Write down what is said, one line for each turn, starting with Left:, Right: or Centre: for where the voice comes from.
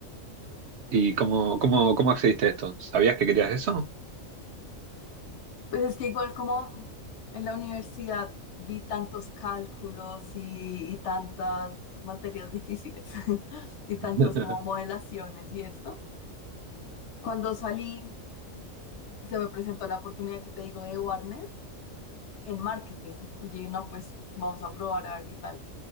Right: ¿Y cómo, cómo, cómo accediste a esto? ¿Sabías que querías eso?
Left: Pues es que igual como en la universidad vi tantos cálculos y, y tantas materias difíciles <laughs> y tantos
Right: <laughs>
Left: como modelaciones y esto. Cuando salí, se me presentó la oportunidad que te digo de Warner en marketing y dije, no, pues vamos a probar a ver qué tal.